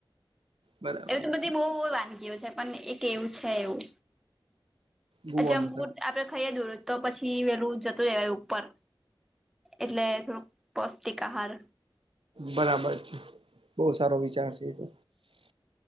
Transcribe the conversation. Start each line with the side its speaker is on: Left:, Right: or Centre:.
Right: બરાબર
Centre: એવી તો
Right: છે,
Centre: બધી બહુ બવ વાનગીઓ છે પણ એક એવું છે એવું.
Right: ગુવાનું
Centre: જેમપુર
Right: સર
Centre: આપડે ખાઈએ દું તો પછી વેલું જતું રેવા ઉપર. એટલે થોડુંક પૌષ્ટિક આહાર.
Right: બરાબર છે. બહુ સારો વિચાર છે એતો.